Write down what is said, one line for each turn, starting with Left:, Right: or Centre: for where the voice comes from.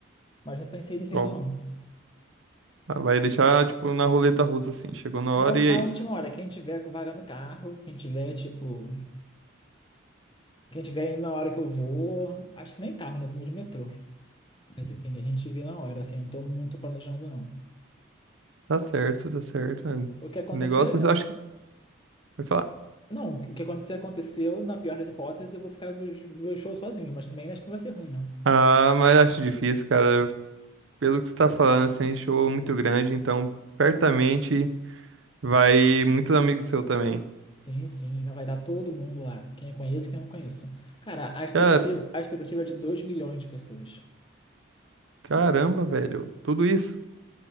Left: Mas não pensei nisso
Right: Qual-
Left: ainda não.
Right: ah, Vai deixar, tipo, na roleta russa, assim. Chegou na
Left: Na,
Right: hora
Left: u-
Right: e
Left: na
Right: é isso.
Left: última hora, quem tiver com vaga no carro, quem tiver, tipo, Quem tiver indo na hora que eu vou, acho que nem carro, né? Vamos de metrô. Mas enfim, a gente vê na hora, assim, eu não tô muito planejando, não.
Right: Tá certo, tá certo. é, O
Left: O que acontecer,
Right: negócio, eu acho que... Vai falar.
Left: não, o que acontecer, aconteceu. Na pior das hipóteses, eu vou ficar ver ver o show sozinho, mas também acho que não vai ser ruim, não.
Right: Ah, mas acho difícil, cara. Pelo que você tá falando, assim, show muito grande, então, certamente... Vai muitos amigos seu também.
Left: Sim, sim, não vai dar todo mundo lá, quem eu conheço e quem eu não conheço. Cara, a expectativa,
Right: Cara,
Left: a expectativa é de 2 milhões de pessoas.
Right: caramba, velho. Tudo isso.